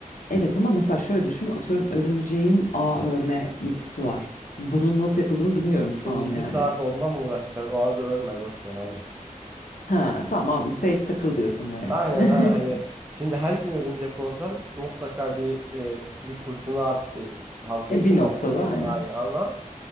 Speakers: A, on the left; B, on the right.
A: evet ama mesela şöyle düşün atıyorum örümceğin ağ örme yetisi var. Bunun nasıl yapıldığını bilmiyorum
B: Şimdi
A: şu an
B: iki
A: yani.
B: saat onunla mı uğraşacaksın? O adı örme boş ver aynen.
A: Ha tamam aldım safe takıl diyorsun böyle.
B: Aynen
A: <laughs>
B: aynen hani şimdi her gün örümcek olsan mutlaka bir e, bir kursunu al bir halk
A: E
B: eğitim
A: bir noktada
B: merkezinde
A: aynen.
B: aynen ama